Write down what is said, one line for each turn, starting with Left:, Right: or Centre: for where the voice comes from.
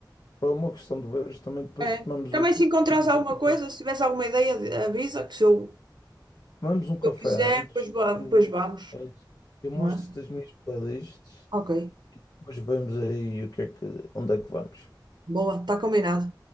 Left: pá, É uma questão de ver, também depois
Right: É.
Left: tomamos
Right: Também
Left: o.
Right: se encontrares
Left: <laughs>
Right: alguma coisa, se tiveres alguma ideia, de- avisa que se eu,
Left: Tomamos um café
Right: se eu quiser,
Left: antes,
Right: depois, va- depois
Left: eu,
Right: vamos,
Left: eu mostro-te
Right: não é?
Left: as minhas playlists
Right: Ok,
Left: e depois vemos aí o que é que, onde é que vamos.
Right: boa, está combinado.